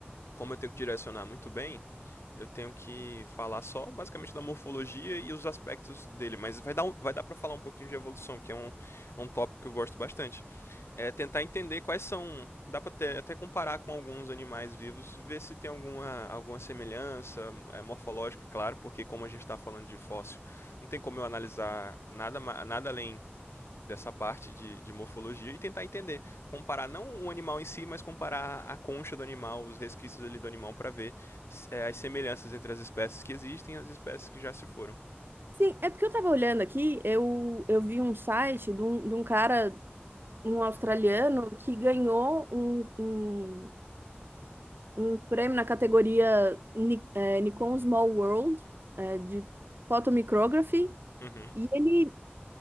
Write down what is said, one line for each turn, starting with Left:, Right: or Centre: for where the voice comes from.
Left: como eu tenho que direcionar muito bem, eu tenho que falar só basicamente da morfologia e os aspectos dele, mas vai dar, um- vai dar para falar um pouquinho de evolução, que é um, é um tópico que eu gosto bastante. É tentar entender quais são, dá para até, até comparar com alguns animais vivos, ver se tem alguma, alguma semelhança é, morfológica, é claro, porque como a gente está falando de fóssil, não tem como eu analisar nada, nada além dessa parte de, de morfologia e tentar entender, comparar não o animal em si, mas comparar a concha do animal, os resquícios ali do animal para ver é, as semelhanças entre as espécies que existem e as espécies que já se foram.
Right: Sim, é porque eu tava olhando aqui, eu, eu vi um site de um, de um cara, um australiano, que ganhou um, um, um prêmio na categoria Ni- eh, Nikon Small World, eh, de photomicrography,
Left: Uhum.
Right: e ele,